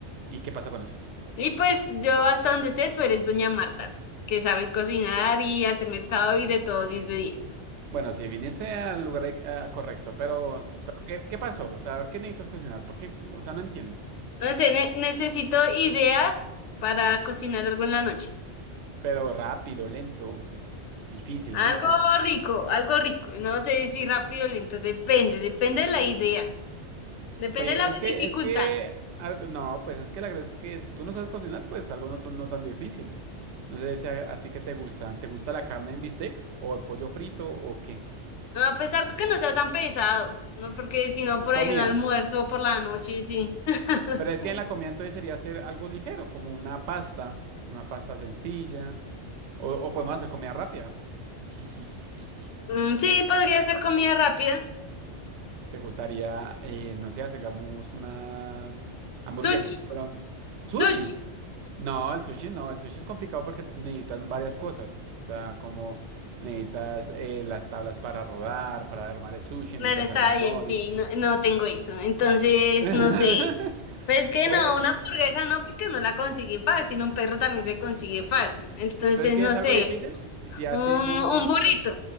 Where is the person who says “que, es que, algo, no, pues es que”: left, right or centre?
Right